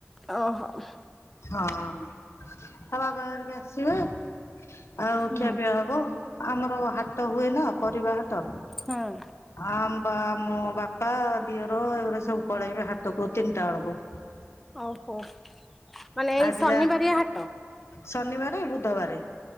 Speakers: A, in the centre; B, on the left (about 70°).
A: ଓହୋ
B: ହଁ, ଆଉ ବାପ ହେରିକା ଆସିବେ, ଆଉ
A: ହୁଁ
B: ଖିଆ ପିଆ ହବ। ଆମର ହାଟ ହୁଏ ନା, ପରିବା ହାଟ
A: ହଁ।
B: ଆମ ବା ମୋ ବାପା ଦିଅର ଏଗୁଡ଼ ସବୁ ପଳେଇବେ ହାଟକୁ ତିନିଟା ବେଳକୁ।
A: ଓହୋ। ମାନେ ଏଇ
B: ଆଜି
A: ଶନିବାରିଆ
B: ଯା,
A: ହାଟ
B: ଶନିବାରେ, ବୁଧବାରେ।